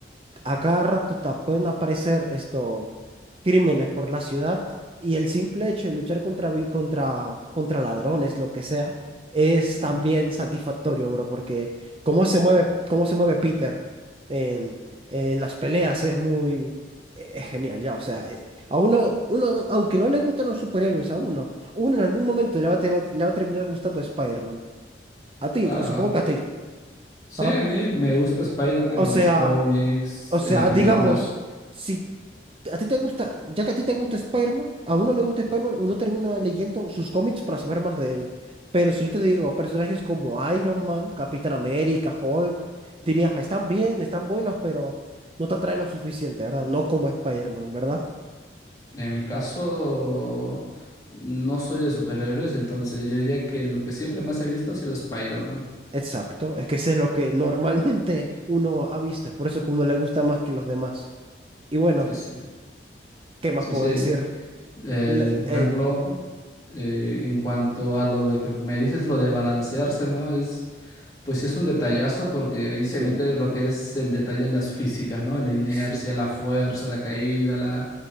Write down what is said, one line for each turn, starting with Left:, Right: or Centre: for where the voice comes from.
Right: a cada rato te pueden aparecer esto, crímenes por la ciudad y el simple hecho de luchar contra, vi- contra, contra ladrones, lo que sea, es
Left: Mm,
Right: también satisfactorio, bro, porque cómo se mueve, cómo se mueve Peter en, en las peleas es muy... e- Es genial, ya, o sea, eh, a uno, uno, aunque no le gustan los superhéroes a uno, uno en algún momento le va, a te va- le va a terminar gustando Spider-Man. A ti,
Left: Claro.
Right: supongo que a ti.
Left: Sí,
Right: ¿ah?
Left: a mí me gusta Spider-Man
Right: O
Left: en
Right: sea,
Left: los cómics,
Right: o sea,
Left: en las películas.
Right: digamos, si a ti te gusta, ya que a ti te gusta Spider-Man, a uno le gusta Spider-Man, uno termina leyendo sus cómics para saber más de él. Pero si yo te digo personajes como Iron Man, Capitán América, Hulk, dirías, "Ah, están bien, están buenos, pero no te atrae lo suficiente, ¿verdad? No como Spider-Man, ¿verdad?
Left: En mi caso, no soy de superhéroes, entonces yo diría que lo que siempre más he visto ha sido Spider-Man.
Right: Exacto, es que ese es lo que normalmente uno avista por eso que uno le gusta más que los demás. Y bueno,
Left: Sí, sí.
Right: ¿qué más
Left: Sí,
Right: puedo
Left: sí.
Right: decir?
Left: Eh,
Right: La-
Left: por
Right: eh,
Left: ejemplo, eh, en cuanto a lo de que me dices, lo de balancearse, ¿no? Es. Pues sí es un detallazo porque ahí
Right: sí,
Left: se mete lo que es el detalle en las físicas, ¿no? La inercia,
Right: sí.
Left: la fuerza, la caída, la